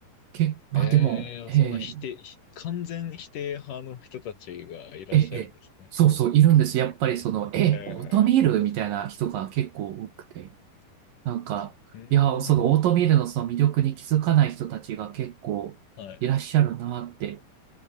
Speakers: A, on the right; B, on the left.
A: け、まあでも、
B: ええそんな否定、
A: えー
B: 完全否定派の人たちがいらっしゃるんですね。
A: えーえーそうそう、いるんです。やっぱりその、えー、
B: ええ
A: オートミールみたいな人が結構多くて。なんか、
B: うーん。
A: いや、そのオートミールのその魅力に気づかない人たちが結構いらっしゃるなって。
B: はい。